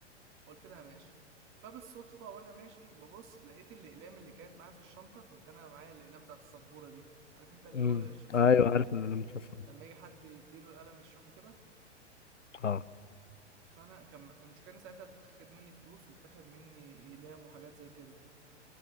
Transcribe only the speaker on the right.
قلت لها ماشي فبالصدفه وانا ماشي ببص لقيت الاقلام اللي كانت معايا في الشنطه كنت انا معايا الاقلام بتاعت السبوره دي عارف انت اللي
هو الشخص
اللي بيبقى معاه
الأقلام
لما يجي حد يديله القلم يشرحه كده
فانا كان المشكله إن ساعتها اتخد مني فلوس واتاخد مني اقلام وحاجات زي كده